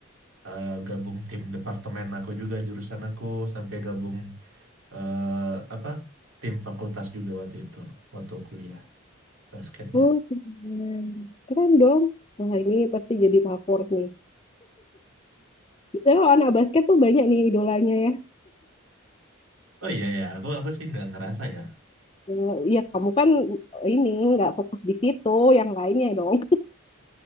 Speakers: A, on the right (about 85°); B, on the left (about 25°).
A: eh, gabung tim departemen aku juga jurusan aku sampai gabung eh, apa tim fakultas juga waktu itu waktu kuliah basketnya.
B: Oh, keren. Keren dong. Wah, ini pasti jadi favorit nih. Biasanya kalau anak basket tuh banyak nih idolanya ya.
A: Oh iya ya, aku aku sih nggak ngerasa ya.
B: Eh, Ya kamu kan ini nggak fokus di situ, yang lainnya dong